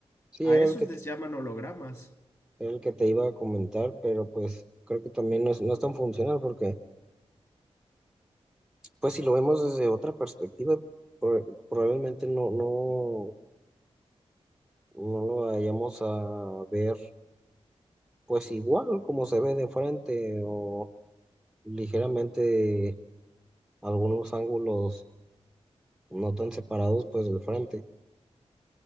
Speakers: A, in the centre; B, on the left.
A: Sí,
B: A
A: era
B: esos
A: el que
B: les
A: te,
B: llaman hologramas.
A: era el que te iba a comentar, pero pues creo que también no es, no es tan funcional porque, pues, si lo vemos desde otra perspectiva, pro- probablemente no, no, no lo vayamos a ver, pues, igual como se ve de frente o ligeramente algunos ángulos no tan separados pues del frente.